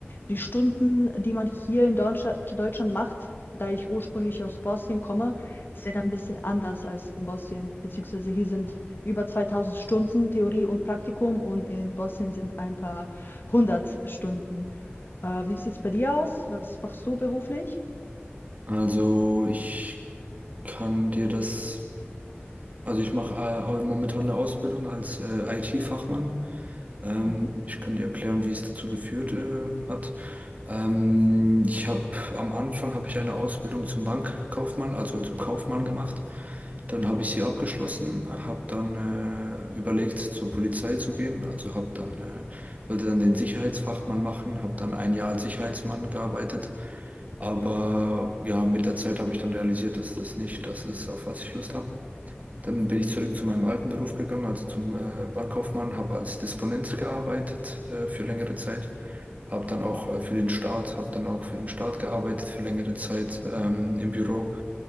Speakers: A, on the left; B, on the right.
A: die Stunden, die man hier in Deutschland, zu Deutschland macht, da ich ursprünglich aus Bosnien komme, sind ein bisschen anders als in Bosnien, beziehungsweise hier sind über 2000 Stunden Theorie und Praktikum und in Bosnien sind ein paar hundert Stunden. Äh, wie sieht es bei dir aus? Was machst du beruflich?
B: Also ich kann dir das, also ich mache äh, momentan eine Ausbildung als äh, IT-Fachmann. Ähm,
A: Mhm.
B: ich kann dir erklären, wie es dazu geführt äh, hat. Ähm, ich habe am Anfang habe ich eine Ausbildung zum Bankkaufmann, also zum Kaufmann gemacht. Dann habe ich sie abgeschlossen, habe dann äh, überlegt, zur Polizei zu gehen. Also habe dann äh, wollte dann den Sicherheitsfachmann machen, habe dann ein Jahr als Sicherheitsmann gearbeitet. Aber ja, mit der Zeit habe ich dann realisiert, dass das nicht das ist, auf was ich Lust habe. Dann bin ich zurück zu meinem alten Beruf gegangen, also zum äh, Bankkaufmann, habe als Disponent gearbeitet äh, für längere Zeit, habe dann auch äh, für den Staat, habe dann auch für den Staat gearbeitet für längere Zeit ähm, im Büro.